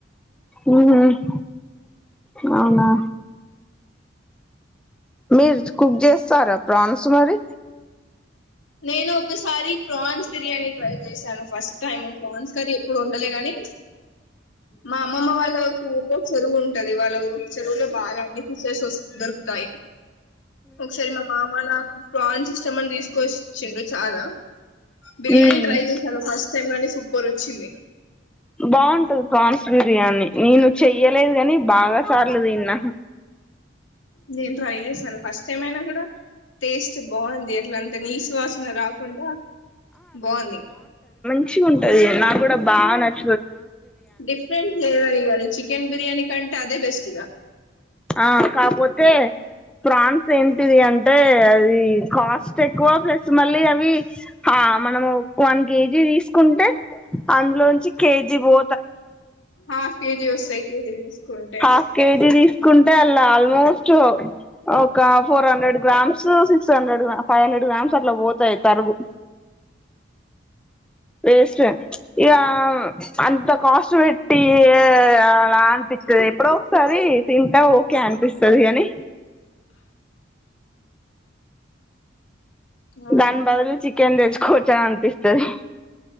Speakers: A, in the centre; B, on the left.
A: ఉహ్ అవునా మీరు కుక్ చేస్తారా ప్రాన్స్ మరి
B: నేను ఒకసారి ప్రాన్స్ బిర్యానీ టై చేసాను ఫస్ట్ టైం ప్రాన్స్ కర్రీ ఎప్పుడు వండలే కాని మా అమ్మమ్మ వాళ్ళ ఊర్లో కొ ఉంటది వాళ్ళ ఊరి చెరువులో బాగా అన్ని పిసెస్ దొరుకుతాయి. ఒకసారి మా మామ ల్ల ప్రాన్సిస్ మళ్ళ తీసుకొచ్చిండు చాలా బిర్యానీ
A: ఉ
B: ట్రై చేశాను ఫస్ట్ నిజంగానే సూపరచ్చింది
A: బాగుంటది ప్రాన్స్ బిర్యానీ నేను చెయ్యలేదు కాని బాగా సార్లు తిన్న
B: నేను ట్రై చేశాను ఫస్ట్ టైం అయినా కూడా టేస్ట్ బాగుంది అలా అంట నీసువాసన రాకుండా బాగుంది
A: మంచిగ ఉంటది నాకు కూడా బాగా నచ్చ
B: డిఫరెంట్ ఫ్లేవర్ చిక్ చికెన్ బిర్యానీ కంటె అదే బెస్ట్ ఇవ
A: ఆ కాపోతే ఫాన్స్ ఎంతది అంత అంట అది కష్టట్ ఎక్కువ బ మళ్ళీ అవిా మనము వన్ కేజీ ఇ తీసుకుంటే అ చి కేజీ బో
B: హాఫ్ కేజీ వస్తాయి కేజీ తీసుకుంటే
A: హాఫ్ కేజీ తీ కుంటే అలా ఆల్మోస్ట్ ఒక four hundred grams six hundred five hundred grams అట్లా పోతాయి తరుగు వేస్ట్ ఇ అంత కాస్ట్ పెట్టి అలా అనిపిస్తుది ఎప్పుడో ఒకసారి తింటా ఓకే అనిపిస్తుది అని
B: అవును
A: దాని బదులు చికెన్ తెచ్చుకోవచ్చని అనిపిస్తుంది